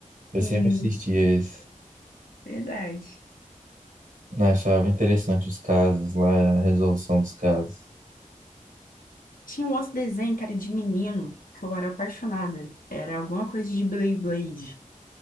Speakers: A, on the right (about 70°); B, on the left (about 90°).
A: Eu
B: Sim,
A: sempre assistia esse.
B: verdade.
A: né, Achava interessante os casos lá, a resolução dos casos.
B: Tinha um outro desenho, cara, de menino, que eu era apaixonada. Era alguma coisa de Beyblade.